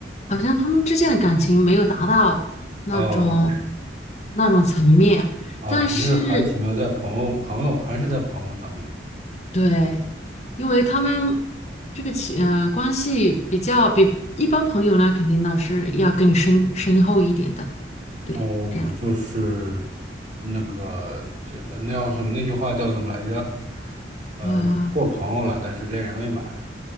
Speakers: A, on the left (about 35°); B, on the right (about 40°).
A: 好像他们之间的感情没有达到那种
B: 哦
A: 那种层面，
B: o
A: 但是
B: 啊，只是还停留在朋友，朋友还是在朋友上面。
A: 对，因为他们这个情呃关系比较比一般朋友呢，肯定呢是要更深深厚一点的。对，
B: 哦，
A: 这样子。
B: 就是那个，这那叫什么？那句话叫什么来着？呃，
A: 呃，
B: 过朋友了，但是恋人未满，